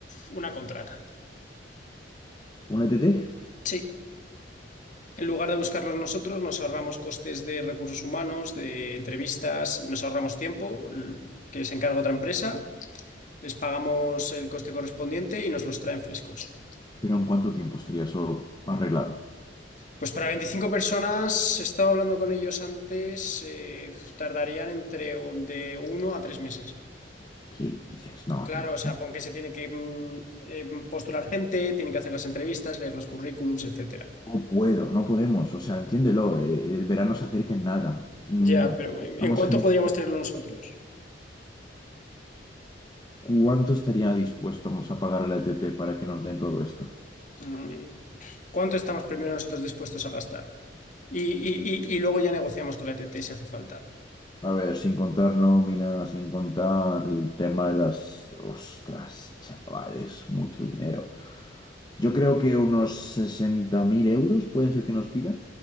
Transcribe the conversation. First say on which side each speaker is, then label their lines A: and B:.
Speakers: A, on the left (about 45°); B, on the left (about 25°).
A: una contrata.
B: un E T? T,
A: Sí, en lugar de buscarlos nosotros, nos ahorramos costes de recursos humanos, de entrevistas, nos ahorramos tiempo l- que se encarga otra empresa les pagamos el coste correspondiente y nos los traen frescos.
B: pero ¿en cuánto tiempo estaría eso arreglado?
A: Pues para 25 personas, estaba hablando con ellos antes, eh, tardarían entre de uno a tres meses.
B: ¿Qué dices? No,
A: Claro,
B: tío.
A: o sea, porque se tiene que mm, eh, postular gente, tienen que hacer las entrevistas, leer los currículums, etcétera.
B: No puedo, no podemos, o sea, entiéndelo, eh, el verano se acerca en nada. Mm,
A: Ya, pero ¿en,
B: estamos
A: en cuánto
B: gente...
A: podríamos tenerlo nosotros?
B: ¿Cuánto estaría dispuestos a pagar a la ETT para que nos den todo esto?
A: Mm, ¿Cuánto estamos primero nosotros dispuestos a gastar? Y, y- y- y luego ya negociamos con la ETT si hace falta.
B: A ver, sin contar nómina, sin contar el tema de las... Ostras, chavales, mucho dinero. Yo creo que unos 60.000 euros pueden ser que nos pidan.